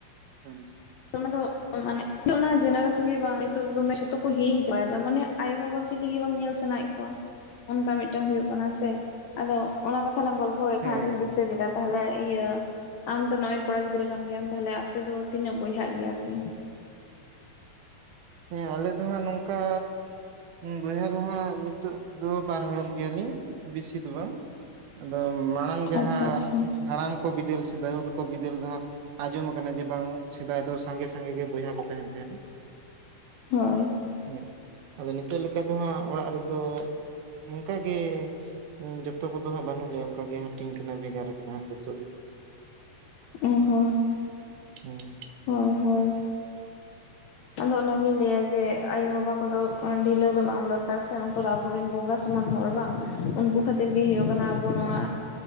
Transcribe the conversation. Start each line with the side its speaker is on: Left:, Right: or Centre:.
Right: ᱦᱮᱸ
Left: ᱚᱱᱟ ᱫᱚ ᱢᱟᱱᱮ ᱚᱱᱟ ᱡᱮᱱᱟᱨᱮᱥᱚᱱ ᱜᱮ ᱵᱟᱝ ᱱᱤᱛᱳᱜ ᱫᱚ ᱫᱚᱢᱮ ᱡᱷᱚᱛᱚ ᱠᱚ ᱦᱤᱲᱤᱧ ᱪᱟᱵᱟᱭ ᱮᱫᱟ ᱢᱟᱱᱮ ᱟᱭᱳ ᱵᱟᱵᱟ ᱪᱤᱞᱤ ᱜᱮ ᱵᱟᱝ ᱧᱮᱞ ᱥᱟᱱᱟᱭᱮᱫ ᱠᱚᱣᱟ᱾ ᱚᱱᱠᱟ ᱢᱤᱫᱴᱟᱝ ᱦᱩᱭᱩᱜ ᱠᱟᱱᱟ ᱥᱮ ᱟᱫᱚ ᱚᱱᱟ ᱠᱟᱛᱷᱟ ᱞᱟᱝ ᱜᱚᱞᱯᱚ ᱠᱮᱫ
Right: ᱦᱮᱸ
Left: ᱠᱷᱟᱱ ᱟᱫᱚᱧ ᱫᱤᱥᱟᱹ ᱠᱮᱫᱟ᱾ ᱛᱟᱦᱚᱞᱮ ᱤᱭᱟᱹ ᱟᱢ ᱫᱚ ᱱᱚᱸᱜᱼᱚᱭ ᱠᱚᱲᱟ ᱜᱤᱫᱽᱨᱟᱹ ᱠᱟᱱ ᱜᱮᱭᱟᱢ ᱛᱟᱦᱚᱞᱮ ᱟᱯᱮ ᱫᱚ ᱛᱤᱱᱟᱹᱜ ᱵᱚᱭᱦᱟᱜ ᱜᱮᱭᱟᱜ ᱯᱮ?
Right: ᱦᱮᱸ ᱟᱞᱮ ᱫᱚ ᱦᱟᱸᱜ ᱱᱚᱝᱠᱟ ᱵᱚᱭᱦᱟ ᱫᱚ ᱦᱟᱸᱜ ᱱᱤᱛᱚᱜ ᱫᱚ ᱵᱟᱨ ᱦᱚᱲᱚᱜ ᱜᱮᱭᱟᱞᱤᱧ ᱵᱤᱥᱤ ᱫᱚ ᱵᱟᱝ᱾ ᱟᱫᱚ ᱢᱟᱲᱟᱝ ᱡᱟᱦᱟᱸ
Left: ᱟᱪᱪᱷᱟ ᱟᱪᱪᱷᱟ
Right: ᱦᱟᱲᱟᱢ ᱠᱚ ᱵᱤᱫᱟᱹᱞ ᱥᱮ ᱫᱟᱹᱫᱩ ᱛᱟᱠᱚ ᱵᱤᱫᱟᱹᱞ ᱫᱚ ᱦᱟᱸᱜᱼᱼ ᱟᱸᱡᱚᱢ ᱠᱟᱱᱟ ᱡᱮ ᱵᱟᱝ ᱥᱮᱫᱟᱭ ᱫᱚ ᱥᱟᱸᱜᱮ ᱥᱟᱸᱜᱮ ᱜᱮ ᱵᱚᱭᱦᱟ ᱠᱚ ᱛᱟᱦᱮᱸᱱ ᱛᱟᱦᱮᱸᱫ᱾
Left: ᱦᱳᱭ
Right: ᱦᱮᱸ ᱟᱫᱚ ᱱᱤᱛᱚᱜ ᱞᱮᱠᱟ ᱫᱚ ᱦᱟᱸᱜ ᱚᱲᱟᱜ ᱨᱮᱫᱚ ᱚᱱᱠᱟ ᱜᱮᱼᱼ ᱡᱚᱛᱚ ᱠᱚᱫᱚ ᱦᱟᱸᱜ ᱵᱟᱹᱱᱩᱜ ᱞᱮᱭᱟ ᱚᱱᱠᱟᱜᱮ ᱦᱟᱹᱴᱤᱧ ᱠᱟᱱᱟ ᱵᱷᱮᱜᱟᱨ ᱠᱟᱱᱟ ᱡᱚᱛᱚ ᱜᱮ᱾
Left: ᱚ ᱦᱚᱸ
Right: ᱦᱩᱸ
Left: ᱦᱳᱭ ᱦᱳᱭ ᱟᱫᱚ ᱚᱱᱟᱜᱤᱧ ᱞᱟᱹᱭᱟ ᱡᱮ ᱟᱭᱳ ᱵᱟᱵᱟ ᱠᱚᱫᱚ ᱰᱷᱤᱞᱟᱹᱣ ᱫᱚ ᱵᱟᱝ ᱫᱚᱨᱠᱟᱨ ᱥᱮ ᱩᱱᱠᱩ ᱫᱚ ᱟᱵᱚᱼᱼ ᱟᱵᱚ ᱨᱮᱱ ᱵᱚᱸᱜᱟ ᱥᱚᱢᱟᱱ ᱦᱚᱲ ᱵᱟᱝ ᱩᱱᱠᱩ ᱠᱷᱟᱹᱛᱤᱨ ᱜᱮ ᱦᱩᱭᱩᱜ ᱠᱟᱱᱟ ᱟᱵᱚ ᱱᱚᱣᱟᱼᱼ